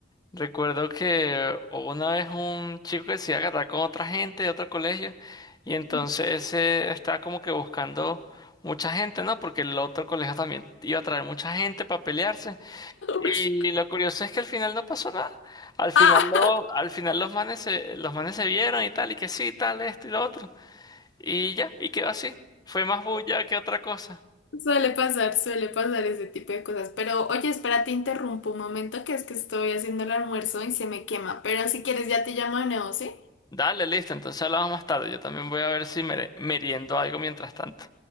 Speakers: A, on the left (about 20°); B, on the left (about 80°).
A: Recuerdo que una vez un chico que se iba a agarrar con otra gente de otro colegio y entonces
B: <laughs>
A: eh, estaba como que buscando mucha gente, ¿no? Porque el otro colegio también iba a traer mucha gente para pelearse. Y
B: "Ush".
A: lo curioso es que al final no pasó nada. Al final,
B: Ah,
A: lo, al final los manes se, los manes se vieron y tal, y que sí, tal, esto y lo otro. Y ya, y quedó así. Fue más bulla que otra cosa.
B: suele pasar, suele pasar ese tipo de cosas. Pero oye, espera, te interrumpo un momento que es que estoy haciendo el almuerzo y se me quema. Pero si quieres ya te llamo de nuevo, ¿sí?
A: Dale, listo, entonces hablamos más tarde. Yo también voy a ver si mere- meriendo algo mientras tanto.